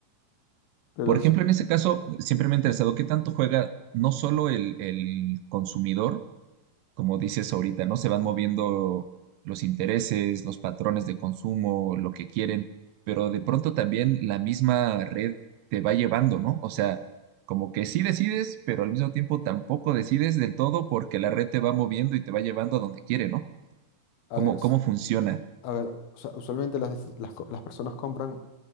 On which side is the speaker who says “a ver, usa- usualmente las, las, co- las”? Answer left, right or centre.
Left